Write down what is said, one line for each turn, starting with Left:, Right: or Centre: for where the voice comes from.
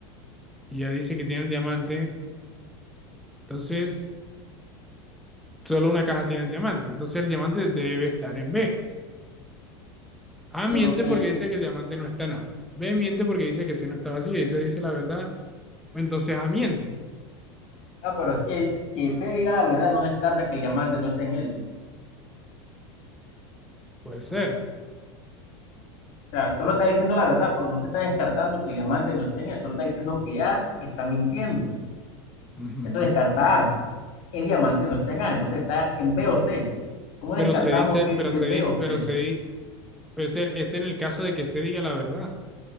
Centre: y ya dice que tiene el diamante, entonces solo una caja tiene el diamante. Entonces el diamante debe estar en B. A miente
Left: Pero, ¿qué,
Centre: porque dice que el diamante no está en A. B miente porque dice que C no está vacía y C dice la verdad. Entonces ambiente,
Left: Ah, pero es que que se diga la verdad no descarta que el diamante no esté en él.
Centre: puede ser.
Left: O sea, solo está diciendo la verdad, pero no se está descartando que el diamante no esté en él. Solo está diciendo que A está mintiendo.
Centre: Ujú.
Left: Eso descarta A. El diamante no está en A, entonces está en B o C. ¿Cómo
Centre: Pero
Left: descartamos
Centre: se dice,
Left: que
Centre: pero
Left: si
Centre: se,
Left: es
Centre: di-
Left: B o C?
Centre: pero se, di- pero se- este en el caso de que se diga la verdad.